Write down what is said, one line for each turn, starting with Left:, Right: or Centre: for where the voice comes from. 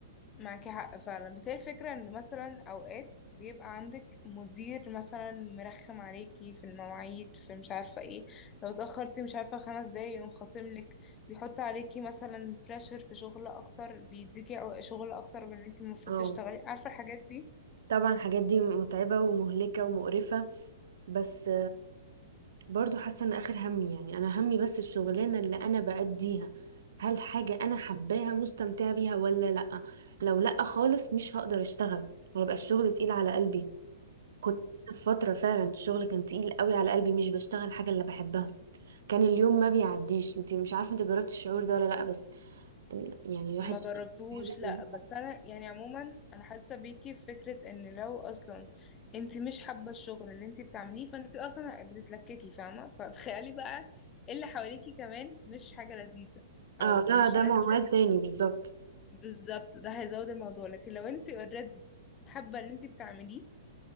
Left: معاكي حق فعلا بس هي الفكرة ان مثلا اوقات بيبقى عندك مدير مثلا مرخم عليكي في المواعيد في مش عارفة ايه لو اتأخرتي مش عارفة خمس دقايق يقوم خاصملك بيحط عليكي مثلا بريشر في شغل اكتر بيديكي أو- شغل اكتر من اللي انت المفروض
Right: اه
Left: تشتغلي عارفة الحاجات دي
Right: طبعا الحاجات دي متعبه ومهلكه ومقرفه بس برضو حاسه ان اخر همي يعني انا همي بس الشغلانه اللي انا بأديها هل حاجه انا حباها مستمتعه بيها ولا لا لو لا خالص مش هقدر اشتغل ويبقى الشغل تقيل على قلبي كنت في فتره فعلا الشغل كان تقيل قوي على قلبي مش بشتغل الحاجه اللي بحبها كان اليوم ما بيعديش انت مش عارفه انت جربتي الشعور ده ولا لا بس يعني الواحد
Left: ما جربتهوش
Right: يشتغل في حاجة-
Left: لا بس انا يعني عموما انا حاسه بيكي في فكره ان لو اصلا انت مش حابه الشغل اللي انت بتعمليه فانت اصلا بتتلككي فاهمه فتخيلي بقى اللي حواليكي كمان مش حاجه لذيذه او
Right: اه ده
Left: مش
Right: ده
Left: ناس
Right: موال
Left: لذيذه
Right: تاني بالظبط
Left: بالظبط ده هيزود الموضوع لكن لو انت اوريدي حابه اللي انت بتعمليه